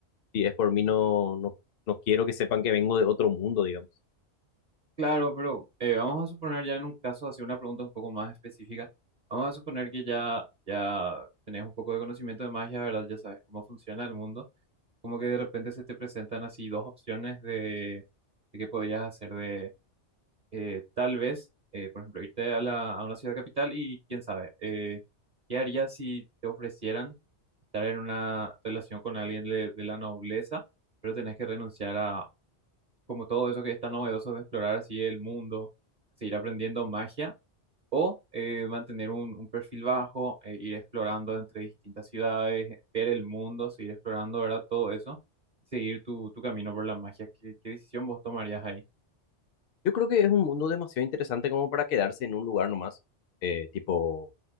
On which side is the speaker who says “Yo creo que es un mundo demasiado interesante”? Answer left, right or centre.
Left